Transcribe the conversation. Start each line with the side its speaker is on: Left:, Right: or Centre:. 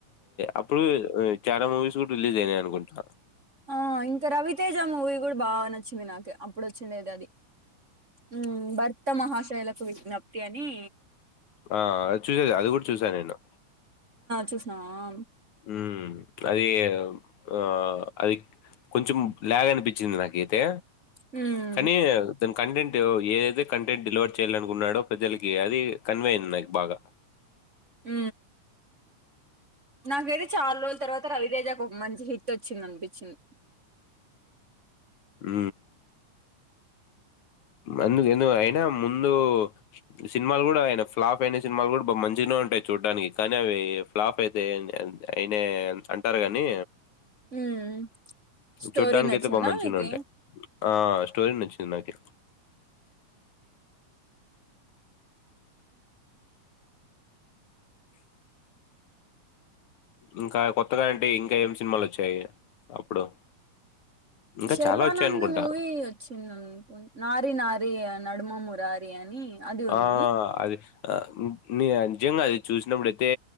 Left: అప్పుడు చాలా మూవీస్ కూడా రిలీజ్ అయినాయయి అనుకుంటా
Right: ఆ ఇంకా రవితేజ మూవీ కూడా బాగా నచ్చింది నాకు అప్పుడు వచ్చిండది అది ఉ భర్త మహాశైలకు విజ్ఞప్తి అని
Left: ఆ అ చూసేది అది కూడా చూసాను నేను
Right: చూసినా? ఆ
Left: ఉ అది ఆ అది కొంచెం లాగ అనిపించింది నాకైతే
Right: హ్మ్.
Left: కానీ దానికి కంటెంట్ ఏదైతే కంటెంట్ డివడ్ చేయాలనుకున్నాడో ప్రజలకి అది కన్వే అయింది నాకు బాగా
Right: హ నాకైతే చాలా రోజుల తర్వాత రవితేజకు ఒక మంచి హిట్ వచ్చింది అనిపించింది
Left: హ అందుకు ఎందుకు అయినా ముందు సినిమాలు కూడా ఆయిన ఫ్లాప్ అయిన సినిమాలు కూడా బా మంచిగనే అంటాయి చూడ్డానికి కానీ అవి ఫ్లాప్ అయితే అయినే అంటారు కాని
Right: హ్మ్. స్టోరీ
Left: చూడ్డానికి
Right: నచ్చిందా
Left: అయితే బా మంచిగానే
Right: మీకి?
Left: ఉండే ఆ స్టోరీ నుంచి తిన్నాకే ఇంకా కొత్తగా ఏంటి ఇంకా ఏం సినిమాలు వచ్చాయి అప్పుడు ఇంకా
Right: షర్వానంద్
Left: చాలా వచ్చాయి అనుకుంటా
Right: మూవి వచ్చిందనుకోనీ నారి నారి నడుమ మురారి అని అది ఉంది.
Left: ఆ అదే ఆ మ్ నీ అజంగా అది చూసినప్పుడుయితే